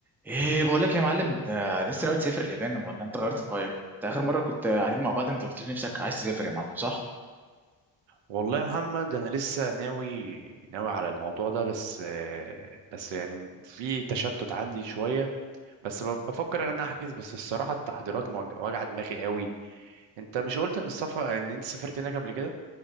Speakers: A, in the centre; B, on the right.
A: ايه بقول لك يا معلم انت لسه ناوي تسافر اليابان ولا انت غيرت رايك انت اخر مره كنت قاعدين مع بعض انت قلت لي نفسك عايز تسافر يا معلم صح
B: والله يا محمد انا لسه ناوي ناوي على الموضوع ده بس آه، بس يعني في تشتت عندي شويه بس ب- بفكر ان انا احجز بس الصراحه التحضيرات موج- واجعه دماغي قوي انت مش قلت ان السفر ان انت سافرت هناك قبل كده